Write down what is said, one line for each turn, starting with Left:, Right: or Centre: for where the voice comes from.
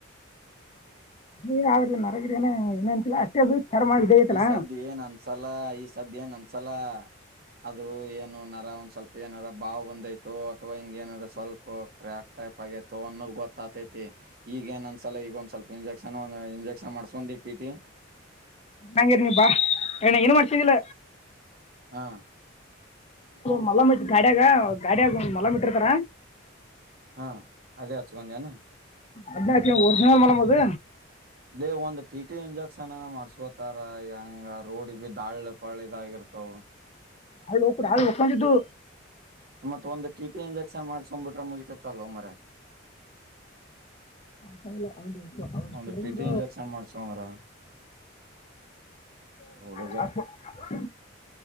Left: ನೀ ಯಾವ್ರಿ ನರಗಿರಿ ನನೆ ಇನ್ನನ್ಂತಿಲ್ಲ ಅಷ್ಟೇ ಅದು ಚರ್ಮ ಇದೇ ಐತಲ್ಲ
Right: ಈ ಸದ್ದು ಏನ್ ಅನ್ಸಲ್ಲ ಈ ಸದ್ದು ಏನ್ ಅನ್ಸಲ್ಲ ಅದು ಏನು ನರ ಸ್ವಲ್ಪ ಏನಾರ ಬಾವ ಬಂದೈತು ಅಥವಾ ಹಿಂಗ ಏನಾರ ಸ್ವಲ್ಪ ಕ್ರ್ಯಾಕ್ ಟೈಪ್ ಆಗಯತು ಅನ್ನೋ ಗೊತ್ತಾತೈ ಮ ಈಗ ಏನ್ದ್ಸಲ ಈಗ ಒಂದ್ ಸ್ವಲ್ಪ ಇಂಜೆಕ್ಷನ್ ಇಂಜೆಕ್ಷನ್ ಮಾಡಸ್ಕೊಂಡ್ ಇಟ್ಟಿಟ್ಟಿ
Left: ನಂಗ ಇರ್ನಿಪ್ಪಾ ಏನ ಏನು ಮಾಡಡತಿಂದಿಲ್ಲ
Right: ಹಾ
Left: ಮಲ್ ಗಾಡಿಯಾಗ ಗಾಡಿಯಾಗ ಮಲಮ್ಮ ಇಟ್ಟಿರ್ತಾರ
Right: ಹಾ ಅದೇ ಹಚ್ಕೊಂಡ ಅನಾ
Left: ಅದ್ನಾಕ ಒರಿಜಿನಲ್ ಮೇಲಮ್ ಅದು
Right: ಲೇ ಒಂದ್ ಟಿ ಟಿ ಇಂಜೆಕ್ಷನ್ನ ಮಾಡಸ್ಕೋತಾರ ಹೆಂಗ ರೋಡ್ ಬಿ ದಾಳ್ಳ ಪಳ ಇದಾಗಿರ್ತವ
Left: ಹಾಳು ಹೋಗ ಹಾಳು ಹೋಗಕೊಂಡಿದ್ದು
Right: ಮತ್ತ ಒಂದು ಟಿಟಿ ಇಂಜೆಕ್ಷನ್ ಮಾಡಸ್ಕೊಬಿಟ್ರೆ ಮುಗತಿತ್ತಲ್ ಒಮ್ಮ್ರ
Left: ಸಲ್ಲ ಅ ಅವರು
Right: ಒಂದ್
Left: ಸ್ರಂಗ
Right: ಟಿ ಟಿ ಇಂಜೆಕ್ಷನ್ ಮಾಡ್ಸ್ಕೊಂಡ್ರ ಹುಡುಗ
Left: ಕ